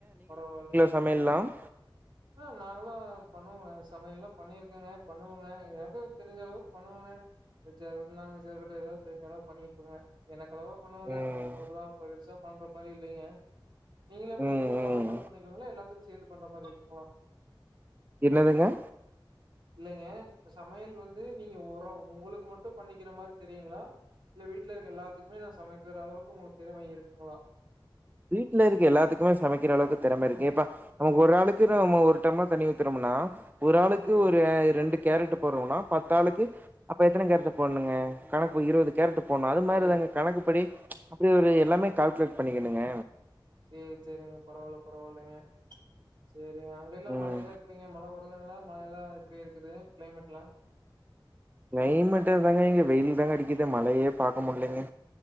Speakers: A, on the right; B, on the right.
A: பரவால்லைங்
B: சமையல்லாம்
A: ஆ நாங்கள்லா பண்ணுவோங்க சமையல்லா பண்ணிருக்கோங்க பண்ணுவோங்க எனக்கு தெரிஞ்சளவுக்கு பண்ணுவோங்க வெஜ்ஜாருக்கட்டு நான்வெஜ்ஜாருக்கட்டு எதாது தெரி்ஞ்சளவு பண்ணிப்போங்க எனக்கு அளவா பண்ணுவோங்க
B: ம்
A: மத்தவங்களுக்கெல்லா பெருசா பண்ற மாரி இல்லைங்க நீங்கள எப்படி
B: ம்
A: உங்களுக்காவு
B: ம்
A: மட்டு பண்ணிக்கீங்களா எல்லாத்துக்கு சேத்து பண்ற மாரி இருக்குங்களா
B: என்னதுங்க
A: இல்லைங்க சமையல் வந்து நீங்க உரம் உங்களுக்கு மட்டு பண்ணிக்கிற மாதிரி தெரியுங்களா இல்ல வீட்லருக்க எல்லாத்துக்குமே நா சமைக்கிற அளவுக்கு உங்களுக்கு திறமை இருக்குங்களா
B: வீட்ல இருக்கு எல்லாத்துக்குமே சமைக்கிற அளவுக்கு திறமை இருக்கு இப்ப நமக்கு ஒரு ஆளுக்கு நம்ம ஒரு டம்ளர் தண்ணி ஊத்துறோம்னா ஒரு ஆளுக்கு
A: சேரிங்க
B: ஒரு ரெண்டு கேரட்டு் போடுறோண்ணா பத்து ஆளுக்கு அப்ப எத்தன கேரட் போடணுங்க கணக்கு இருபது கேரட் போடணு அது
A: புரியுது
B: மாதிரிதாங்க கணக்குப்படி அப்படி ஒரு எல்லாமே கால்குலேட் பண்ணிக்கணுங்க
A: சேரி சேரிங்க பரவால்ல பரவால்லைங்க சேரிங்க அங்கல்லா
B: ம்
A: மழையெல்லா எப்படிங்க மழ வருதுங்களா மழெல்லா எப்படி இருக்குது கிளைமேட்ல்லா
B: கிளைமேட் தாங்க இங்க வெயில் தாங்க அடிக்கிது மழையே பாக்க முல்லீங்க